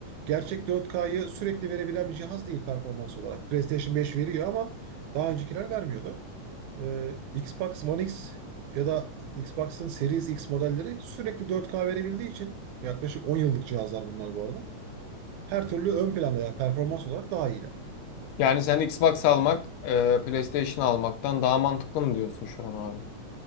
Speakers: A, on the right; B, on the left.
A: gerçek 4K'yı sürekli verebilen bir cihaz değil performans olarak. PlayStation 5 veriyor ama daha öncekiler vermiyordu. Ee, Xbox One X ya da Xbox'ın Series X modelleri sürekli 4K verebildiği için yaklaşık 10 yıllık cihazlar bunlar bu arada. Her türlü ön planda ya performans olarak daha iyiler.
B: Yani sen Xbox almak, e, PlayStation almaktan daha mantıklı mı diyorsun şu an abi?